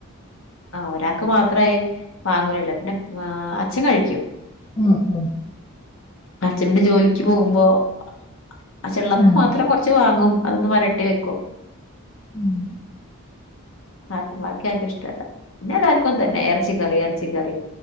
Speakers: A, on the left; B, on the left.
A: അഹ് ഒരാക്ക്മാത്രായി വാങ്ങൂലല്ലൊ പിന്നെ അച്ഛൻ കഴിക്കും.
B: ഉംമ് മ്
A: അച്ഛപിന്നെ ജോലിക്ക്പോവുമ്പോ അ അ അച്ഛള്ളപ്പമാത്രംകൊറച്ച്
B: ആഹ്
A: വാങ്ങും അതൊന്ന് വരട്ടിവെക്കും
B: ഉം
A: ആക്കും ബാക്കിയാർക്കുംഷ്ട ല്ല പിന്നെല്ലാർക്കുംതന്നെ എറച്ചികറി എറച്ചിക്കറി